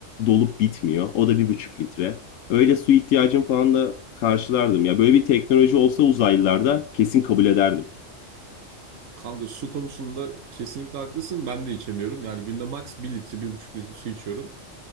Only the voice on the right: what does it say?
Kanka su konusunda kesinlikle haklısın. Ben de içemiyorum. Yani günde max bir litre, bir buçuk litre su içiyorum.